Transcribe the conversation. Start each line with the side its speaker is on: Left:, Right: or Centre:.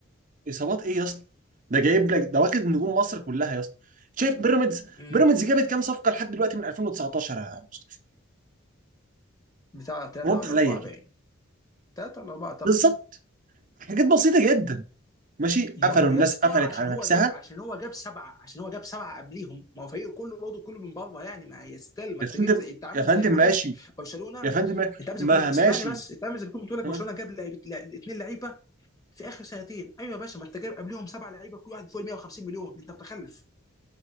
Right: اصابات ايه يا اسطى ده جايب لك ده واخد نجوم مصر كلها يا اسطى شايف بيراميدز
Left: مم.
Right: بيراميدز جابت كام صفقه لحد دلوقتي من 2019 يا مصطفى
Left: بتاع ثلاثة
Right: رد
Left: ولا
Right: عليا
Left: أربعة باين
Right: كده
Left: ثلاثة ولا أربعة أعتقد
Right: بالظبط حاجات بسيطه جدا ماشي قفلوا
Left: ما هو
Right: الناس
Left: يا اسطى
Right: قفلت
Left: عشان
Right: على
Left: هو
Right: نفسها
Left: جاب عشان هو جاب سبعة عشان هو جاب سبعة قبليهم ما هو فريقه كله برضه كله من بره يعني ما يستل ما
Right: يا
Left: أنت
Right: فندم
Left: جبت أنت عامل
Right: يا فندم
Left: زي بيقول
Right: ماشي
Left: لك برشلونة
Right: يا فندم
Left: أنت عامل
Right: ما
Left: زي بيقول
Right: ماشي
Left: اسمعني بس أنت عامل زي بيقول لك
Right: ها
Left: برشلونة جاب لعيبة لا- اتنين لعيبة في آخر سنتين أيوة يا باشا ما أنت جايب قبليهم سبعة لعيبة كل واحد فوق ال 150 مليون أنت متخلف